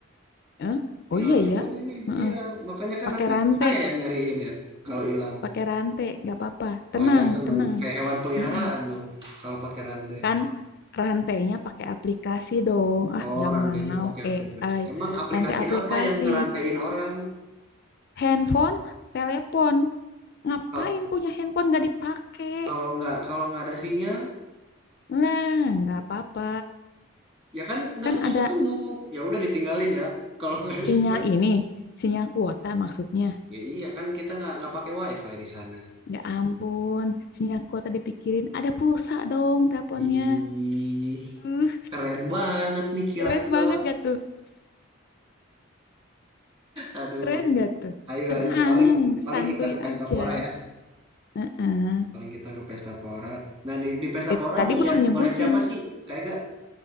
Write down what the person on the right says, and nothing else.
Hilang
juga
nggak nih?
Iya, makanya kan
nanti
saya yang nyariin ya. Kalau hilang,
wah jangan
dong. Kayak hewan peliharaan
dong. Kalau pakai rantai.
Oh,
rantainya
pakai aplikasi.
Emang aplikasi
apa yang ngerantain orang?
Kalau
kalau nggak kalau nggak ada sinyal,
ya kan nggak
nggak
ketemu ya udah ditinggalin ya kalau nggak ada
sinyal
ya iya kan kita nggak nggak pakai wifi di sana
ih
keren banget nih kila-kila
aduh
ayo
ayo paling paling
kita ke pesta
pora ya
paling kita ke pesta pora nah di di pesta
pora
mau
lihat
mau lihat siapa sih kayak gak